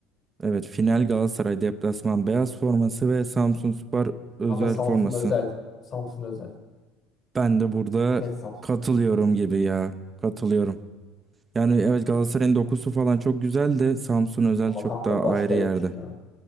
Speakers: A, on the right; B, on the left.
A: Evet final Galatasaray deplasman beyaz forması ve Samsunspor özel
B: Kanka Samsun
A: forması.
B: özel. Samsun özel.
A: Ben de burada
B: Net Samsun.
A: katılıyorum gibi ya. Katılıyorum. Yani evet Galatasaray'ın dokusu falan çok güzel de Samsun özel
B: Ama
A: çok
B: kanka
A: daha
B: başkaymış
A: ayrı yerde.
B: ya.